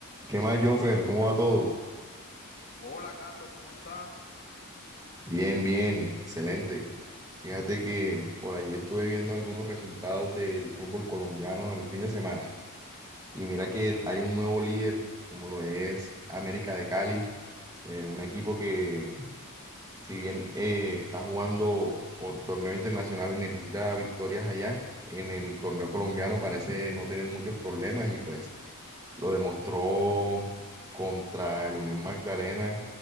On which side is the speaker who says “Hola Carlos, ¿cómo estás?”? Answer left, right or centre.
Left